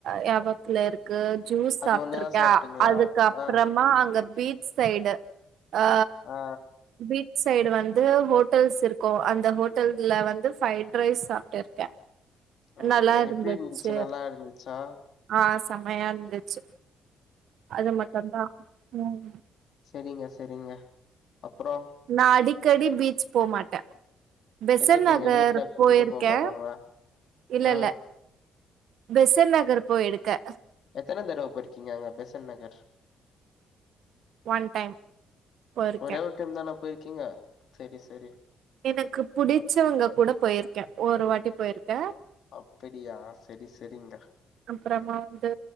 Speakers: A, on the right (about 75°); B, on the left (about 65°).
A: ஞாப த்துலருக்கு ஜூஸ்
B: அது
A: சாப்ட்ருக்கே
B: ஒண்ணுதா சாப்ட்டீங்களா
A: அதுக்கப்றமா
B: ஆ
A: அங்க பீ சைடு ஆ
B: ஆ
A: பீச் சைடு வந்து ஹோட்டல்ஸ் இருக்கு அந் அந்த ஹோட்டல்ல வந்து ஃபைட் ரைஸ் சாப்ட்டுருக்கே
B: ம்
A: நல்லா ஊருந்துச்சு
B: எப்டி இருந்துச்சு நல்லா இருந்துச்சா
A: ஆ செம்மயா இருந்துச்சு அது மட்டுந்தா ம்
B: செரிங்க செரிங்க அப்றோ
A: நா அடிக்கடி பீச் போமாட்டே பெசன்ட்
B: எதுக்குங்க
A: நகர்
B: வீட்ல கூட்டிட்டு
A: போயிருக்கே
B: போ மாட்டாங்களா
A: இல்ல
B: ஆ
A: இல்ல பெசன்ட் நகர் போய் இருக்கே
B: எத்தன தடவ போயிருக்கீங்க அங்க பெசன்ட் நகர்
A: ஒன் டைம் போய் இருக்கே
B: ஒரே ஒரு டைம் தானா போயிருக்கீங்க சரி சரி
A: எனக்கு புடிச்சவங்க கூட போய் இருக்கே ஒரு வாட்டி போய் இருக்கே
B: அப்படியா செரி செரிங்க
A: அப்றமா வந்து